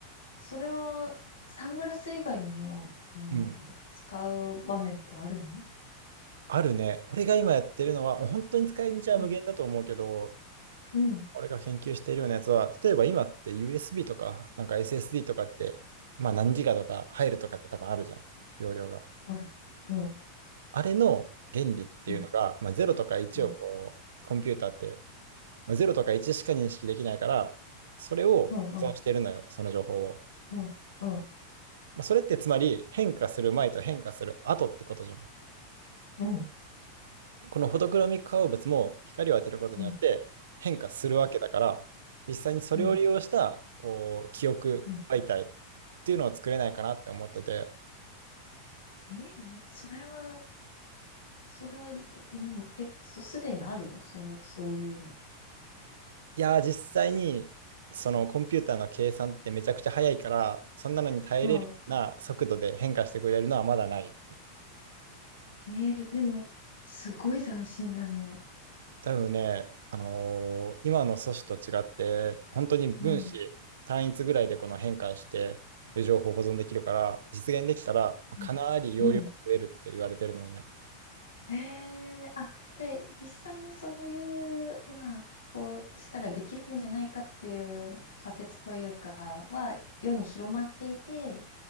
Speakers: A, on the left (about 70°); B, on the right (about 65°).
A: それはサングラス以外にも、あの、
B: うん。
A: 使う場面ってあるの
B: あるね。俺が今やってるのは、本当に使い道は無限だと思うけど、
A: うん、うん、
B: 俺が研究しているようなやつは、例えば今って USB とか、なんか SSD とかって、まあ何ギガとか入るとかって多分あるじゃん。容量が。
A: ある。うん、
B: あれの原理っていうのが、
A: うん、
B: まあ、0とか1をこう、
A: うん、
B: コンピューターって、まあ、0とか1しか認識できないから、それを保存してるのよ、
A: うん、うん、
B: その情報を。
A: うん、うん、
B: まあ、それってつまり変化する前と変化する後ってことじゃん。
A: うん、
B: このフォトクロミック化合物も光を当てることによって変化するわけだから、
A: うん、
B: 実際にそれを利用したこう記憶媒体っていうのを作れないかなって思ってて、
A: うん。うんえ、それは、それは、うん、え、すすでにあるのその、そういうの。
B: いやー、実際に、
A: す
B: そのコンピューターの計算ってめちゃくちゃ早いから、そんなのに耐えれるような速度で変化してくれるのはまだない。
A: うん。えーでも、すごい斬新だね。
B: 多分ね、あのー今の素子と違って、本当に分子単一ぐらいでこの変化して、
A: うん。
B: 情報保存できるから、実現できたら、
A: うん。
B: かなり容量が増えるって言われてるのよね。
A: うんえー、あ、で、実際にそういう、まあ、こうしたらできるんじゃないかっていう仮説というかは、世に広まっていて、